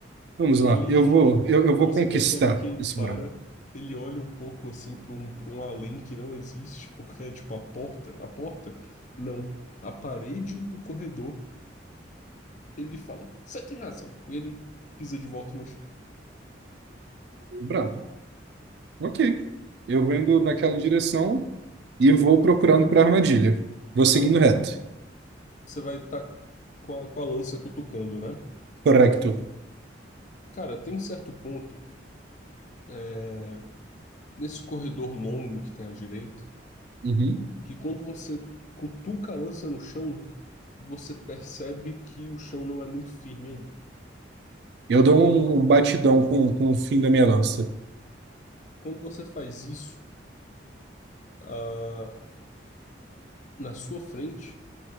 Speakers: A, on the right; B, on the left.
A: Vamos lá,
B: Ele,
A: eu vou, eu, eu vou
B: você
A: conquistar
B: percebe que ele
A: esse
B: para,
A: brabo.
B: ele olha um pouco assim para um, para um além que não existe, porque é tipo a porta, a porta, não, a parede do corredor. Ele fala, você tem razão. E ele pisa de volta no chão.
A: Brabo. Ok. Eu vou indo naquela direção e vou procurando por armadilha. Vou seguindo
B: Tá,
A: reto.
B: você vai estar com a, com a lança cutucando, né?
A: Correto.
B: Cara, tem certo ponto, é, nesse corredor longo que tem à direita,
A: Uhum.
B: que quando você cutuca a lança no chão, você percebe que o chão não é muito firme ali.
A: Eu dou um um batidão com, com o fim da minha lança.
B: Quando você faz isso, ah, na sua frente,